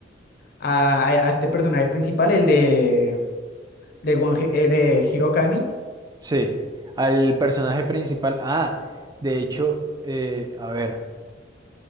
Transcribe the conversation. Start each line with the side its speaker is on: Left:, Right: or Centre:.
Left: a, a este personaje principal, el de, de, One He- el de Hero Academy,
Right: Sí, al personaje principal, ah, de hecho, eh, a ver,